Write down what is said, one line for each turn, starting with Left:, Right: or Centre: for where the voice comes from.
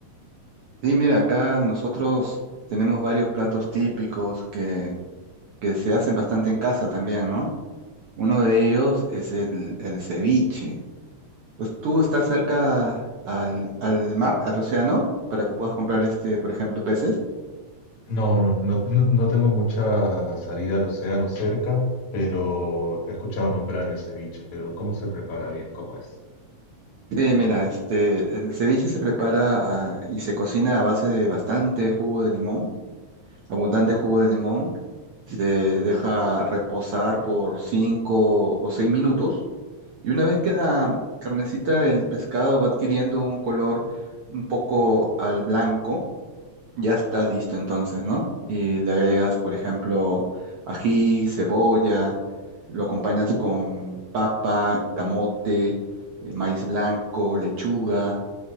Right: Sí, mira, acá nosotros tenemos varios platos típicos que, que se hacen bastante en casa también, ¿no? Uno de ellos es el, el ceviche. Pues tú estás cerca al, al mar, al océano, para que puedas comprar este, por ejemplo, peces.
Left: No, no, no, no, no tengo mucha salida al océano cerca, pero he escuchado nombrar el ceviche, pero ¿cómo se prepara bien? ¿Cómo es?
Right: Sí, mira, este, el ceviche se prepara ah, y se cocina a base de bastante jugo de limón, abundante jugo de limón. Se deja reposar por 5 o 6 minutos Y una vez que la carnecita del pescado va adquiriendo un color un poco al blanco, ya está listo entonces, ¿no? Y le agregas, por ejemplo, ají, cebolla, lo acompañas con papa, camote, eh, maíz blanco, lechuga.